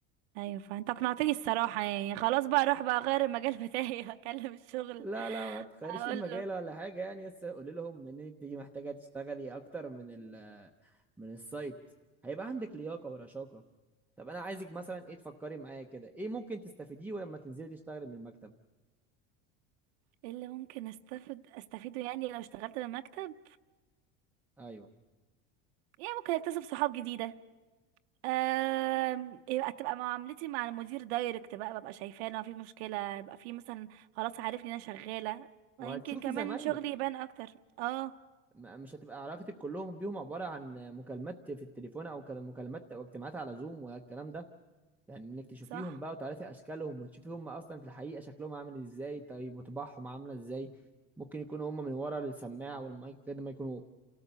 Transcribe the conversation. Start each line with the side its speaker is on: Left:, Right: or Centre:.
Right: ايوه فانت اقنعتني الصراحة يعني خلاص بقى اروح بقى اغير المجال بتاعي <laughs> اكلم الشغل
Centre: لا لا ما تخيرش
Right: اقول
Centre: مجال
Right: له
Centre: ولا حاجة يعني بس قولي لهم ان انت محتاجة تشتغلي اكتر من ال من السايت هيبقى عندك لياقة ورشاقة طب انا عايزك مثلا ايه تفكري معايا كده ايه ممكن تستفيديه ولما تنزلي تشتغلي من المكتب
Right: ايه اللي ممكن استفد استفيده يعني لو اشتغلت بمكتب
Centre: ايوه
Right: يعني ممكن اكتسب صحاب جديده أم... يبقى تبقى معاملتي مع المدير دايركت بقى ببقى شايفاه لو في مشكله يبقى في مثلا خلاص عارفني انا شغاله ويمكن
Centre: وهتشوفي
Right: كمان
Centre: زمايلك
Right: شغلي يبان اكتر اه
Centre: ما- مش هتبقى علاقتك كلهم بيهم عبارة عن مكالمات في التليفون او كلام- مكالمات او اجتماعات على زوم ولا الكلام ده يعني انك تشوفيهم
Right: صح
Centre: بقى وتعرفي اشكالهم وتشوفي هم اصلا في الحقيقه شكلهم عامل ازاي طيب وطباعهم عامله ازاي ممكن يكونوا هم من ورا السماعه والمايك غير ما يكونوا